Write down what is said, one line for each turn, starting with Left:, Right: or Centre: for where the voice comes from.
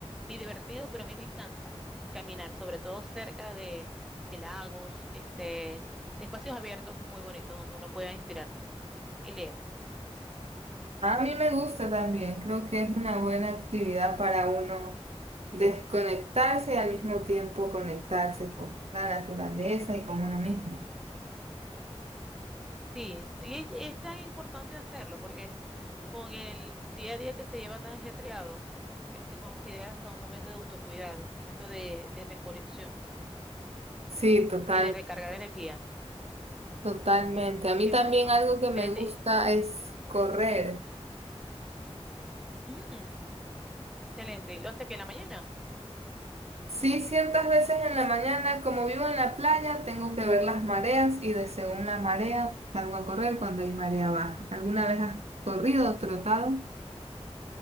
Centre: ni divertido, pero a mí me encanta caminar, sobre todo cerca de, de lagos, este, de espacios abiertos muy bonitos donde uno pueda inspirarse y leer.
Right: A mí me gusta también, creo que es una buena actividad para uno desconectarse y al mismo tiempo conectarse con la naturaleza y con uno mismo.
Centre: Sí, y es, es tan importante hacerlo porque con el día a día que se lleva tan ajetreado, eh, se considera hasta un momento de autocuidado, un momento de, de reconexión
Right: Sí, totalmente.
Centre: y de recargar energía.
Right: Totalmente. A mí
Centre: Qué
Right: también
Centre: bueno,
Right: algo que
Centre: excelente.
Right: me gusta es correr.
Centre: Mm, excelente. ¿Lo hace que en la mañana?
Right: Sí, ciertas veces en la mañana, como vivo en la playa, tengo que ver las mareas y de según la marea salgo a correr cuando hay marea baja. ¿Alguna vez has corrido o trotado?